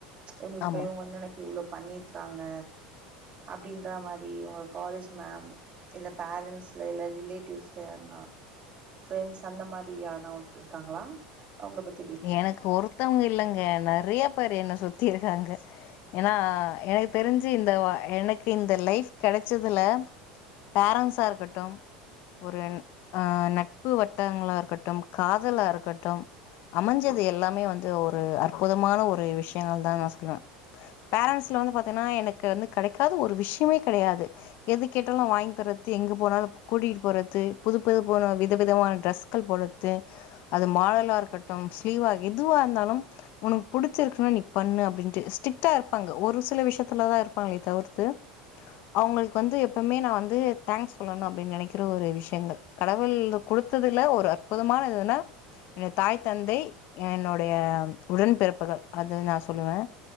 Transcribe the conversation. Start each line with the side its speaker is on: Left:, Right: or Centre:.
Right: இவுங்குளுக்கு
Left: ஆமா
Right: இவங்க வந்து எனக்கு இவ்ளோ பண்ணிருக்காங்க அப்டின்றா மாரி உங்க காலேஜ் மேம் இல்ல பேரன்ண்ட்ஸ்ல இல்ல ரிலேட்டிவ்ஸ்ல யாருன்னா ஃப்ரெண்ட்ஸ் அந்த மாரி யார்னா ஒத்ரு இருக்காங்களா அவுங்ள பத்
Left: எனக்கு ஒருத்தவங்க இல்லங்க நெறைய பேர் என்ன சுத்தி இருக்காங்க ஏன்னா எனக் தெரிஞ்சு இந்த எனக்கு இந்த லைஃப் கெடச்சதுல பேரன்ட்ஸ்ஸா இருக்கட்டும் ஒரு ஆ நட்பு வட்டங்களா இருக்கட்டும் காதலா இருக்கட்டும் அமஞ்சது எல்லாமே வந்து ஒரு அற்புதமான ஒரு விஷயங்கள் தா நா சொல்லுவ பேரன்ட்ஸ்ல வந்து பாத்தீங்ன்னா எனக்கு வந்து கெடைக்காது ஒரு விஷயமே கெடையாது எது கேட்டாலு வாங்கி தர்து எங்க போனாலு கூட்டிட்டு போறது புது புது போன வித விதமான ட்ரெஸ் ள் போட்றது அது மாடலாக இருக்கட்டு ஸ்லீவாக எதுவா இருந்தாலு உனக்கு புடிச்சிருக்குன்னா நீ பண்ணு அப்டின்ட்டு ஸ்ட்ரிக்டா இருப்பாங்க ஒரு சில விஷயத்துலதா இருப்பாங்ளே தவிர்த்து அவுங்களுக்கு வந்து எப்பமே நா வந்து தேங்க்ஸ் சொல்லணு அப்டின்னு நெனைக்கிற ஒரு விஷயங்கள் கடவுள் குடுத்ததுல ஒரு அற்புதமான இதுன்னா என்னோட தாய் தந்தை என்னுடைய உடன்பிறப்புகள் அது நா சொல்லுவே